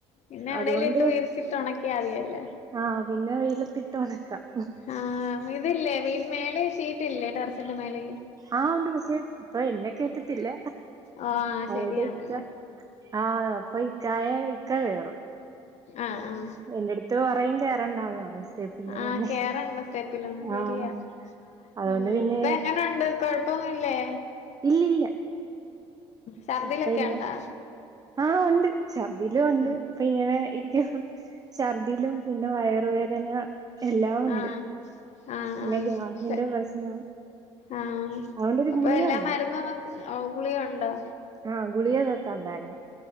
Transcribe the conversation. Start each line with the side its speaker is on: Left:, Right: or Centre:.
Left: പിന്നെ എവിടേലിട്ട്
Right: അതുകൊണ്ട്
Left: വിരിച്ചിട്ട് ഒണക്ക്യ മതിയല്ലോ.
Right: ആഹ്, പിന്നെ വെയിലത്തിട്ട് ഒണക്കാം.
Left: ആഹ് ഇതില്ലേ വീട് മേലെ ഷീറ്റ്ല്ലേ ടെറസിന്റെമേലേ?
Right: ആഹ് ഒണ്ട് പക്ഷേ ഇപ്പൊ എന്നെ കേറ്റത്തില്ല.
Left: ഓഹ് ആഹ് ശരിയാണല്ലേ
Right: അവ്ടെ ഇക്ക ആഹ് അപ്പൊ ഇക്കായെ ഇക്ക കേറും.
Left: ആഹ് ആഹ്
Right: എന്റെട്ത്ത് പറയും കേറണ്ടാന്ന് പറയും സ്റ്റെപ്പിന്റെ
Left: ആഹ്
Right: മണ്ടേ
Left: കേറണ്ട സ്റ്റെപ്പിലൊന്നും ശെരിയാ.
Right: ആഹ് അതുകൊണ്ട്
Left: ഉം
Right: പിന്നെ
Left: ഇപ്പ എങ്ങനൊണ്ട്? കൊഴ പോവാനില്ലേ?
Right: ഇല്ലില്ല,
Left: ഛർദിലൊക്കെ
Right: ഇപ്പഇല്ല
Left: ഉണ്ടാ
Right: ആഹ് ഒണ്ട്. ഛർദ്ദിലുമുണ്ട്
Left: ഉം
Right: ഇപ്പ ഇങ്ങനെ ഇരിക്കുവ ചർദ്ദിലും പിന്നെ വയറുവേദന എല്ലാം ഒണ്ട്.
Left: ആഹ് ആഹ്
Right: പിന്നെ
Left: ആഹ്
Right: ഗ്യാസിന്റെ
Left: ശ
Right: പ്രശ്നം
Left: ആഹ്
Right: അതുകൊണ്ടൊരു
Left: അപ്പൊ
Right: ഗുളിക
Left: എല്ലാ
Right: ഉണ്ട്
Left: മരുന്നും ഓഹ് ഗുളികണ്ടോ?
Right: ആഹ്, ഗുളിക നിർത്തണ്ടായിരുന്നു